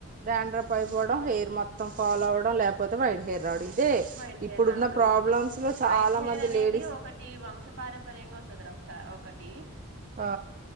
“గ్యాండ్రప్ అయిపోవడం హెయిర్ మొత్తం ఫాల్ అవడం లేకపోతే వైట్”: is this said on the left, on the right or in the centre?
Right